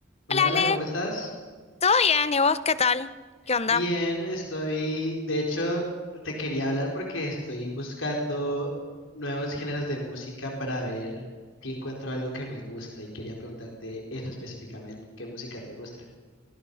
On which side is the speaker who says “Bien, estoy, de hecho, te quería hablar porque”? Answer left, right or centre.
Left